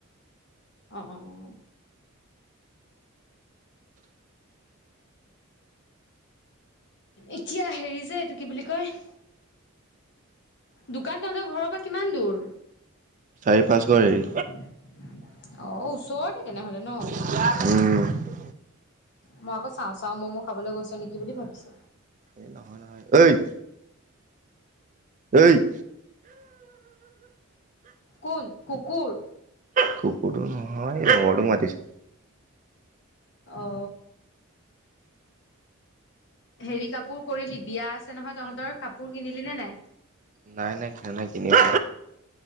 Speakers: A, on the left; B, on the right.
A: অ অ অ অ এতিয়া হেৰি যে এইটো কি বুলি কয় দোকান তহতৰ ঘৰৰ পৰা কিমান দূৰ
B: চাৰি পাঁচ
A: অ
B: ঘৰ হেৰি
A: ওচৰতে তেনেহলে ন
B: উম
A: মই আকৌ চাওঁ চাওঁ ম'ম' খাবলৈ গৈছো নেকি বুলি ভাবিছো।
B: এ নহয় নহয় ঐ- ঐ-
A: কোন কুকুৰ
B: কুকুৰটো নহয় এই লগৰটো মাতিছে
A: অ হেৰি কাপোৰ কৰিলি বিয়া আছে নহয় তহঁতৰ কাপোৰ কিনিলি নে নাই
B: নাই নাই খায় নে কিনে-